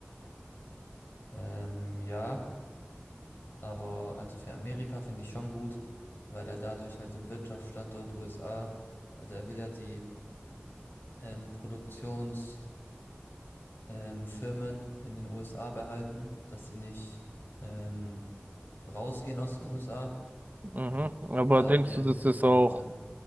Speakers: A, on the left; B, on the right.
A: ähm, ja, aber also für Amerika finde ich schon gut, weil er dadurch halt den Wirtschaftsstandort USA, also er will ja die ähm, Produktionsfirmen ähm, Firmen in den USA behalten, dass sie nicht ähm, rausgehen aus den USA.
B: Mhm.
A: Und
B: Aber
A: dadurch
B: denkst
A: Okay.
B: du, das
A: erhebt
B: ist
A: er
B: auch,
A: die Zahl.